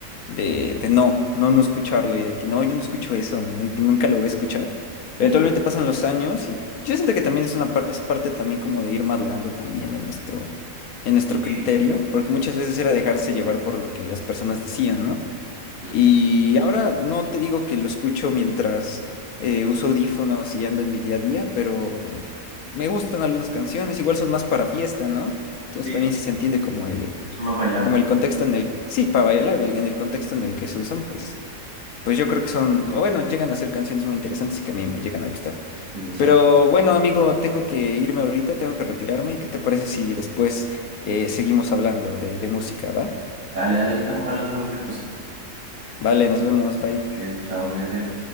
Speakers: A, on the left; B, on the right.
A: de, de no, no, no escucharlo y de que no, yo no escucho eso, ¿no? Y que nunca lo voy a escuchar. Eventualmente
B: Mm,
A: pasan los años y yo siento que también es una par- es parte también como de ir madurando también en nuestro, en nuestro
B: Sí,
A: criterio, porque muchas veces era dejarse llevar por lo que las personas decían, ¿no?
B: sí,
A: Y ahora no te digo que lo escucho mientras eh, uso audífonos y ando en mi día a día, pero me gustan algunas canciones, igual son más para fiesta, ¿no? Entonces
B: sí,
A: también si se entiende como el,
B: son más bailables.
A: como el contexto en el, sí, para bailar, el- en el contexto en el que se usan, pues, pues yo creo que son, o bueno, llegan a ser canciones muy interesantes y que a mí me llegan a gustar.
B: Sí, exacto.
A: Pero bueno, amigo, tengo que irme ahorita, tengo que retirarme. ¿Qué te parece si después eh, seguimos hablando de, de música, va?
B: Dale, dale, ahí estamos hablando de cualquier cosa.
A: Vale, nos vemos, bye.
B: Bien, chao, cuídate.